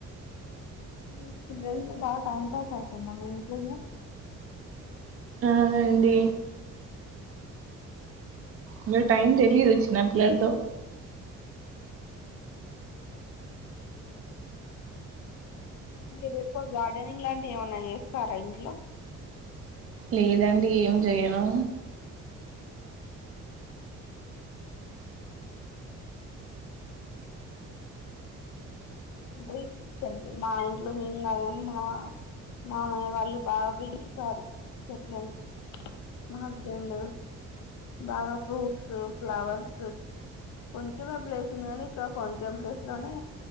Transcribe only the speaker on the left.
మీ పిల్లలు బా టైమ్ పాస్ అయితుంద మీ ఇట్లొవున
మీరు ఎక్కువ గార్డెనింగ్ లాంటివి ఏమన్నా చేస్తారా ఇంట్లో
అంటెయ్ చెట్ట్ మా ఇంట్లో మేంకాదు గాని మా, మా మామయ్య వాళ్ళు బాగా పెంచుతారు, చెట్లను మా హస్బెండు బాగా ఫ్రూట్స్, ఫ్లవర్స్ కొంచెమె ప్లేస్ ఉంది కానీ ఇక్కర కొంచెం ప్లేస్ లోనే